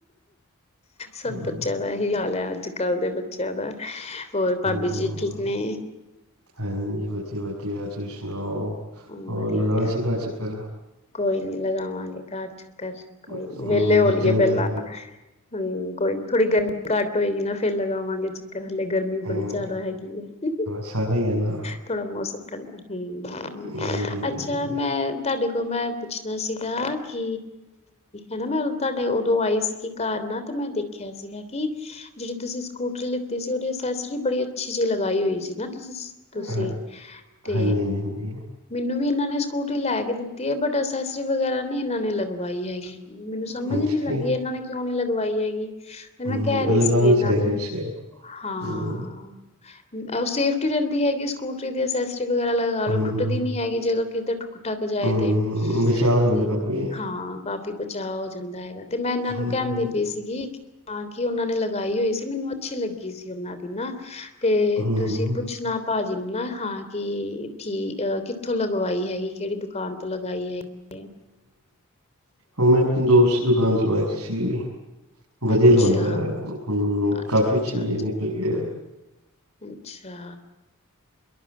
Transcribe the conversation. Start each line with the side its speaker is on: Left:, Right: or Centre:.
Right: ਹਮ
Left: ਸਭ ਬੱਚਿਆਂ ਦਾ ਇਹੀ ਹਾਲ ਹੈ। ਅੱਜ ਕੱਲ੍ਹ ਦੇ ਬਚਾਇਆ ਦਾ ਹੋਰ ਭਾਬੀ
Right: ਹਮ
Left: ਜੀ ਠੀਕ ਨੇ।
Right: ਹਾਂਜੀ ਵਧੀਆ ਤੁਸੀਂ ਸੁਣਾਓ
Left: ਹੂੰ
Right: ਹੋਰ
Left: ਵਧੀਆ
Right: ਲਗਾਣਾ
Left: ਵਧੀਆ
Right: ਸੀ ਘਰ ਚੱਕਰ
Left: ਕੋਈ ਨੀ ਲਗਾਵਾਂਗੇ ਘਰ ਚੱਕਰ ਕੋਈ
Right: ਹੂੰ
Left: ਨੀ ਵਿਹਲੇ ਹੋਲੀਏ
Right: ਬੱਚੇ ਨੂੰ
Left: ਪਹਿਲਾਂ
Right: ਲੈ ਕੇ
Left: ਹੂੰ ਕੋਈ ਥੋੜੀ ਗਰਮੀ ਘੱਟ ਹੋਏਗੀ ਨਾ ਫੇਰ ਲਗਾਵਾਂਗੇ ਚਕਰ ਹਾਲਲੇ ਗਰਮੀ
Right: ਹੂੰ
Left: ਬੜੀ ਜ਼ਿਆਦਾ ਹੈਗੀ ਹੈ
Right: ਸਾਰੇ ਹੀ ਹੈ ਨਾ
Left: ਥੋੜ੍ਹਾ ਮੌਸਮ ਹੂੰ
Right: ਜੀ ਜੀ
Left: ਅੱਛਾ ਮੈਂ ਤੁਹਾਡੇ ਕੋਲ ਮੈਂ ਪੁੱਛਣਾ ਸੀਗਾ ਕਿ ਹਨਾ ਮੈਂ ਤੁਹਾਡੇ ਉਦੋਂ ਆਈ ਸੀਗੀ ਘਰ ਨਾਲ ਤੇ ਮੈਂ ਦੇਖਿਆ ਸੀਗਾ ਕਿ ਜਿਹੜੀ ਤੁਸੀਂ ਸਕੂਟਰੀ ਲਿੱਤੀ ਸੀ ਉਹਦੀ ਅਸੈਸਰੀ ਬੜੀ ਅੱਛੀ ਜਿਹੀ ਲਗਾਈ ਹੋਈ ਸੀ ਨਾ ਤੁਸੀਂ
Right: ਹਾਂਜੀ
Left: ਤੇ
Right: ਹਾਂਜੀ ਹਾਂਜੀ
Left: ਵੀ ਇਹਨਾਂ ਨੇ ਸਕੂਟੀ ਲੈ ਕੇ ਦਿੱਤੀ ਹੈ ਬਟ ਅਸੈਸਰੀ ਵਗੈਰਾ ਨੀ ਇਹਨਾਂ ਨੇ ਲਗਵਾਈ ਹੈਗੀ। ਮੈਨੂੰ ਸਮਝ
Right: ਜੀ
Left: ਨੀ ਲੱਗੀ ਇਹਨਾਂ ਨੇ ਕਿਉਂ ਨੀ ਲਗਵਾਈ ਲਗਵਾਈ ਹੈਗੀ ਤੇ
Right: ਹੂੰ
Left: ਮੈਂ ਕਹਿ ਰਹੀ
Right: ਲਗਾਣੀ
Left: ਸੀ ਇਹਨਾਂ
Right: ਚਾਹੀਦੀ
Left: ਨੂੰ।
Right: ਵੈਸੇ
Left: ਹਾਂ
Right: ਹੂੰ
Left: ਸੇਫਟੀ ਰਹਿੰਦੀ ਹੈਗੀ ਸਕੂਟਰੀ ਦੀ ਅਸੈਸਰੀ ਵਗੈਰਾ ਲਗਾ
Right: ਹੂੰ
Left: ਲੋ
Right: ਹੂੰ
Left: ਜਗ੍ਹਾ ਕਿਤੇ ਠੁੱਕ ਜਾਏ
Right: ਹੂੰ
Left: ਤੇ
Right: ਬਚਾਅ ਹੋ ਜਾਂਦਾ
Left: ਤੇ
Right: ਕਾਫੀ
Left: ਹਾਂ ਕਾਫੀ ਬਚਾਅ ਹੋ ਜਾਂਦਾ ਹੈਗਾ। ਤੇ ਮੈਂ ਇਹਨਾਂ
Right: ਹੂੰ
Left: ਨੂੰ ਕਹਿਣ
Right: ਹੂੰ
Left: ਦੀ ਪਈ ਸੀਗੀ ਹਾਂ ਕਿ ਉਹਨਾਂ ਨੇ ਲਗਾਈ ਹੋਈ ਸੀ ਮੈਨੂੰ ਅੱਛੀ ਲੱਗੀ ਸੀ ਉਹਨਾਂ ਦੀ ਨਾ ਤੇ
Right: ਹੂੰ
Left: ਤੁਸੀਂ
Right: ਹੂੰ
Left: ਪੁੱਛਣਾ ਜਿਨਾ ਹਾਂ ਕਿ ਠੀਕ ਅ ਕਿ ਕਿੱਥੋਂ ਲਗਵਾਈ ਹੈਗੀ ਕਿਹੜੀ ਦੁਕਾਨ ਤੋਂ ਲਗਾਈ ਹੈਗੀ
Right: ਹ ਮੈਂ ਆਪਣੇ ਦੋਸਤ ਦੀ ਦੁਕਾਨ ਤੋਂ ਲਗਵਾਈ ਛੀ ਵਧੀਆ
Left: ਅੱਛਾ,
Right: ਲਗਾਉਂਦਾ ਹਮ
Left: ਅੱਛਾ,
Right: ਕਾਫ਼ੀ
Left: ਅੱਛਾ,
Right: ਅੱਛੀ ਨਿਕਲੀ
Left: ਅੱਛਾ,
Right: ਹੈ
Left: ਅੱਛਾ